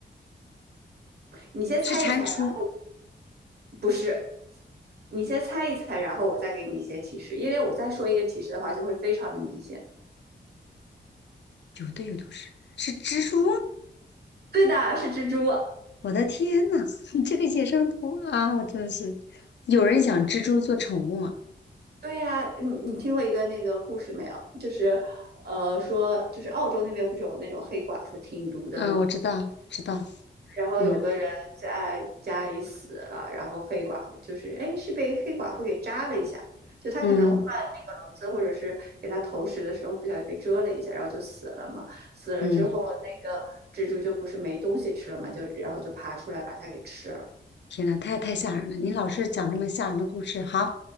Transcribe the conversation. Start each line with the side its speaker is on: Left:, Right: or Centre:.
Right: 你先猜一猜，
Left: 是蟾蜍，
Right: 然后不是，你先猜一猜，然后我再给你一些提示，因为我再说一个提示的话就会非常的明显。
Left: 有的有都是是蜘蛛，
Right: 对的，是蜘蛛。
Left: 我的天呐，<laughs> 你这个野生动物啊，我真的是。有人养蜘蛛做宠物吗？
Right: 对呀、你你听过一个那个故事没有？就是，呃，说就是澳洲那边不是有那种黑寡妇挺毒的嘛？
Left: 嗯，我知道，知道。
Right: 然后有个人在家里死了，
Left: 嗯
Right: 然后黑寡妇就是哎是被黑寡妇给扎了一下，就他可能换那个笼子或者是给他投食的时候不小心被蛰了一下，
Left: 嗯
Right: 然后就死了嘛。死了之后那个蜘蛛就不是没东西吃了嘛，
Left: 嗯，
Right: 就然后就爬出来把它给吃了。
Left: 天呐，太太吓人了！你老是讲这么吓人的故事。好，